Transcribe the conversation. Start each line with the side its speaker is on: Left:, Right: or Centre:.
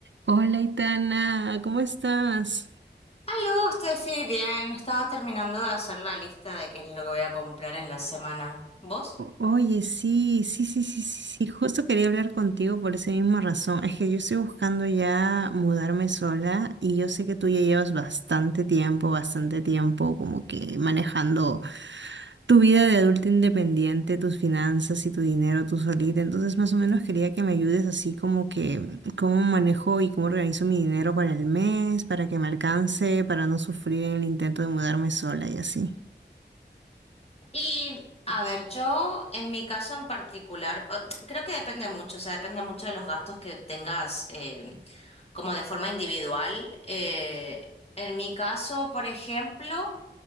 Right: Hola, Itana, ¿cómo estás?
Left: Aló, Steffi, bien. Estaba terminando de hacer la lista de qué es lo que voy a comprar en la semana. ¿Vos?
Right: O- Oye, sí, sí, sí, sí, sí, sí, justo quería hablar contigo por esa misma razón. Es que yo estoy buscando ya mudarme sola y yo sé que tú ya llevas bastante tiempo, bastante tiempo como que manejando tu vida de adulta independiente, tus finanzas y tu dinero tú solita. Entonces, más o menos quería que me ayudes así como que cómo manejo y cómo organizo mi dinero para el mes, para que me alcance, para no sufrir en el intento de mudarme sola y así.
Left: Y, a ver, yo en mi caso en particular, o- creo que depende mucho, o sea, depende mucho de los gastos que tengas eh, como de forma individual. Eh, en mi caso, por ejemplo,